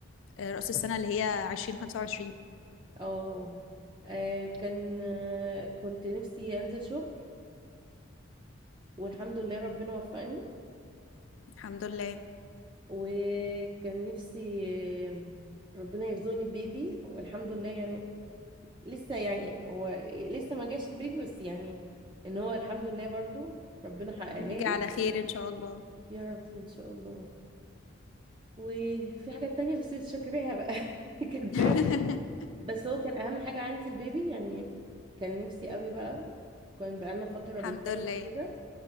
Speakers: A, on the left; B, on the right.
A: آه، رأس السنة اللي هي عشرين خمسة وعشرين
B: اه آه، كان آه، كنت نفسي انزل شغل والحمد لله ربنا وفقني
A: الحمد لله
B: وكان نفسي آه، ربنا يرزقني ببيبي والحمد لله يعني لسه يعني هو لسه ما جاش البيبي بس يعني ان هو الحمد لله برضو ربنا حققها
A: يجي
B: لي
A: على خير إن شاء الله
B: يا رب ان شاء الله وفي حاجات تانية بس مش فاكراها بقى <laughs> كاتباها
A: <laughs>
B: بس هو كان اهم حاجة عندي البيبي يعني كان نفسي قوي بقى كان بقالنا فترة
A: الحمد
B: بنحاول
A: لله
B: كده